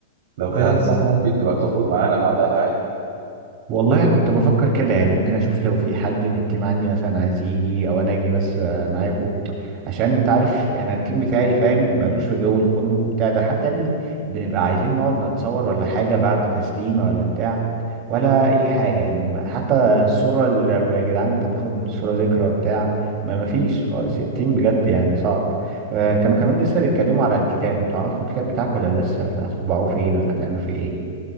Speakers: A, on the right; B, on the right.
A: لو كده
B: اه
A: انت صح ممكن تبقى تخرج معانا بعدها عادي
B: والله كنت بفكر كده يعني ممكن اشوف لو في حد من التيم عندي مثلا عايز يجي او انا اجي بس آه، معاكو عشان انت عارف انا التيم بتاعي فاهم ملوش في جو الخروج وبتاع ده حتى يا ابني بنبقى عايزين نقعد نتصور ولا حاجة بعد تسليمة ولا بتاع ولا اي حاجة يعني ما- حتى الصورة اللي يا جدعان طب ناخد الصورة ذكرى بتاع ما مفيش خالص التيم بجد يعني صعب آه، كانوا كمان لسه بيتكلموا على الكتاب انتوا عملتوا الكتاب بتاعكم ولا لسه ولا هتطبعوه فين ولا هتعملوا فيه ايه